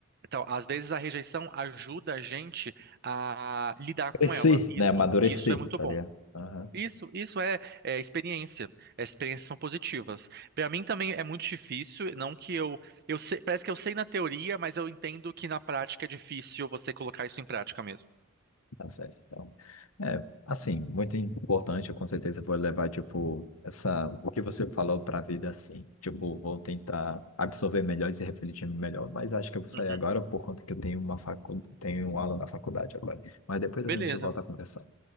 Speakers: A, on the right; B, on the left.
A: então, às vezes a rejeição ajuda a gente a lidar com
B: Crescer,
A: ela. Isso,
B: né? Amadurecer,
A: isso é muito
B: tá
A: bom.
B: ligado? Aham.
A: Isso, isso é, é experiência. As experiências são positivas. Para mim também é muito difícil, não que eu, eu sei- parece que eu sei na teoria, mas eu entendo que na prática é difícil você colocar isso em prática mesmo.
B: Tá certo. Então, é, assim, muito importante, eu com certeza vou levar, tipo, essa, o que você falou pra vida, assim. Tipo, vou tentar absorver melhor e se refletir melhor, mas acho que eu vou sair
A: Uhum.
B: agora por conta que eu tenho uma facu... tenho aula na faculdade agora. Mas depois
A: Beleza,
B: a gente volta a conversar.